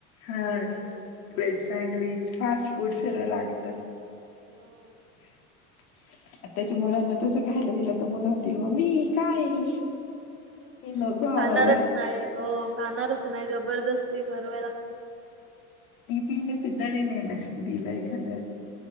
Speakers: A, on the left; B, on the right.
A: हा
B: तेच असलं
A: व्हेज
B: पाहिजे
A: सँडविच फास्ट फूड सर्व लागत.
B: हो.
A: <unintelligible> आता चा मुलांना तसं खायला दिलं तर मुलं म्हणतील मम्मी काय आहे हे.
B: हम्म हम्म
A: नको आम्हाला
B: खाणारच नाही. हो खाणारच नाही जबरदस्ती भरवाय लागत.
A: टिफिन सुद्धा नाही नेणार दिलं एखादवेळस